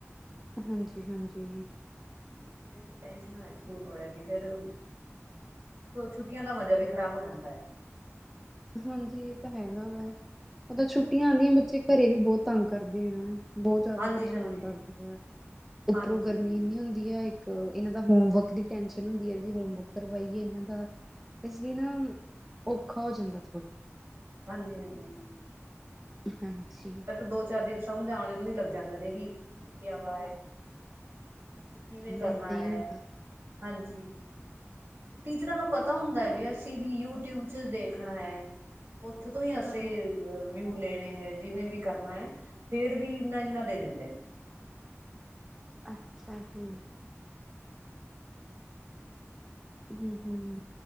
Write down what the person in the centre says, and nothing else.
ਹਾਂਜੀ, ਹਾਂਜੀ।
ਹਾਂਜੀ, ਏ ਤਾਂ ਹੈਗਾ ਵੈ ਓਦਰ ਛੁੱਟੀਆਂ ਆਂਦੀਆ ਬੱਚੇ ਘਰੇ ਵੀ ਬੋਤ ਤੰਗ ਕਰਦੇ ਆ। ਬੋਤ ਜਾ਼ਦਾ
ਪਰੇਸ਼ਾਨ
ਕਰਦੇ ਐ, ਉੱਪਰੋਂ
ਗਰਮੀ ਇੰਨੀ ਹੁੰਦੀ ਏ ਇੱਕ ਅ, ਇਨਾਂ ਦਾ ਹੋਮੰਵਰਕ ਦੀ ਟੈਸ਼ਨ ਹੁੰਦੀ ਐ ਬਈ ਹੋਮੰਵਰਕ ਕਰਵਾਈਏ ਏਨਾਂ ਦਾ ਇਸਲੀ ਨਾ, ਓਖਾ ਹੋ ਜਾਂਦਾ। ਥੋੜਾ
ਹਾਂਜੀ।
ਏਦਾਂ ਹੀ
ਹੁੰਦਾ।
ਹਾਂ
ਅੱਛਾ-ਜੀ ਹੂੰ, ਹੂੰ।